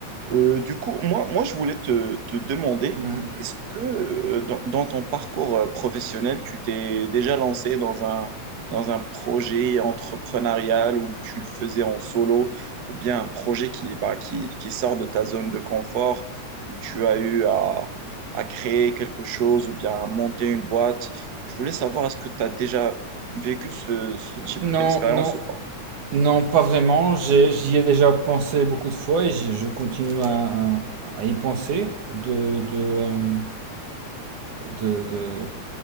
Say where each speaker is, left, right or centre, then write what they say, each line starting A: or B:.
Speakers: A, on the right; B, on the right.
A: Euh, du coup, moi, moi, je voulais te, te demander,
B: hum,
A: est-ce que euh, dans, dans ton parcours euh, professionnel, tu t'es déjà lancé dans un, dans un projet entrepreneurial où tu le faisais en solo, ou bien un projet qui, bah, qui, qui sort de ta zone de confort, où tu as eu à, à créer quelque chose, ou bien à monter une boîte? Je voulais savoir, est-ce que tu as déjà vécu ce, ce type
B: non,
A: d'expérience
B: non,
A: ou pas?
B: Non, pas vraiment. J'ai- J'y ai déjà pensé beaucoup de fois et j'y- je continue à, à- à y penser, de, de, euh, de, de-